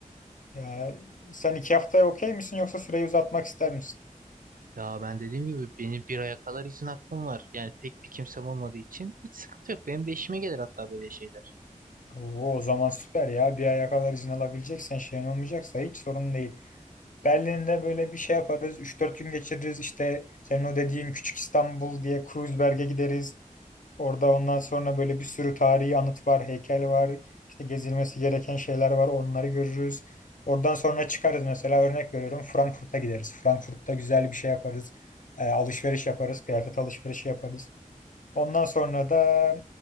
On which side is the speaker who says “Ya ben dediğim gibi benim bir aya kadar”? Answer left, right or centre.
Right